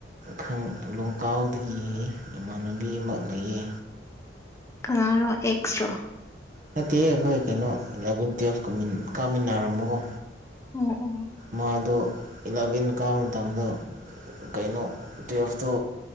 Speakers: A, on the right; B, on the left.
A: ꯈꯪ ꯂꯣꯡꯀꯥꯎꯗꯒꯤ ꯏꯃꯥꯟꯅꯕꯤ ꯑꯃ ꯂꯩꯌꯦ
B: ꯀꯔꯣ ꯑꯦꯛꯁꯔꯣ
A: ꯅꯠꯇꯦ ꯑꯈꯣꯏ ꯀꯩꯅꯣ ꯏꯂꯚꯦꯟ ꯇꯨꯌꯦꯜꯞ ꯀꯃꯤꯟ ꯀꯥꯃꯤꯟꯅꯔꯝꯕꯒꯣ
B: ꯑꯣ ꯑꯣ
A: ꯃꯥꯗꯣ ꯏꯂꯚꯦꯟ ꯀꯥꯕ ꯃꯇꯝꯗ ꯀꯩꯅꯣ ꯇꯨꯋꯦꯜꯐꯇꯣ